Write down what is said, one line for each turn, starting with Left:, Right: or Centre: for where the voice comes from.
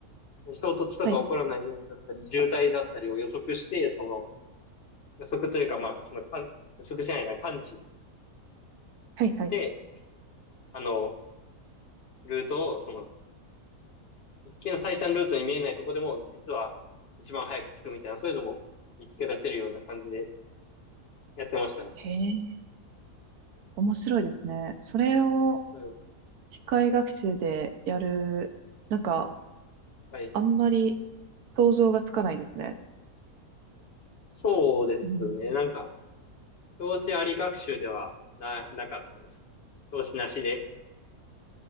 Left: 衝突とか起こらないようにだったり、
Right: はい、
Left: 渋滞だったりを予測して、その、予測というか、まあ、その、かん予測しないな、感知し
Right: はい、はい。
Left: て、あの、ルートを、その、一見最短ルートに見えないとこでも、実は一番早く着くみたいな、そういうのも見つけ出せるような感じでやってましたね。
Right: へえ、面白いですね。それを
Left: うん。
Right: 機械学習でやる、なんか、
Left: はい。
Right: あんまり想像がつかないですね。
Left: そうですね。
Right: うん、
Left: なんか、教師あり学習ではな、なかったです。教師なしで。